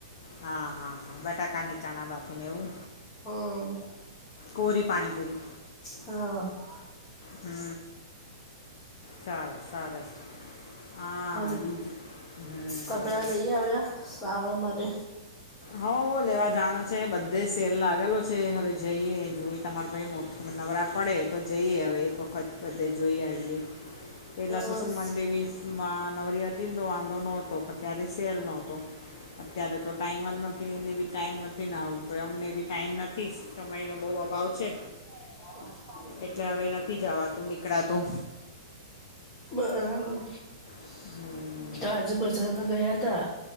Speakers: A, on the left; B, on the left.
A: હા હા હા બટાકા ની ચાણા બાફીને એવું?
B: હમ
A: કોરી પાણીપુરી
B: હા
A: હમ સારું સરસ. હા
B: હ
A: બીજું હમ
B: કપડા લઈ આવ્યા આવ્યા સાવન માટે?
A: હ લેવા જાવન છે બધે સેલ લાગેલો છે હવે જઈએ જોઈ તમારે ભાઈ મોટ નવરા પડે તો જઈએ હવે એક વખત બધે જોઈ આવીએ. પેલા
B: હસ
A: તો શું મારી બેબી નવરી હતી ને તો વાંધો નહોતો પણ ત્યારે સેલ નતો અત્યારે તો ટાઈમ જ નથી એને બી ટાઈમ નથી હવે અમને બી ટાઈમ નથી સમયનો બહુ અભાવ છે.
B: <unintelligible> <unintelligible>
A: એટલે હવે નથી જવાતું નીકળાતું.
B: બરાબર
A: હમ
B: તો આજે બજારમાં ગયા તા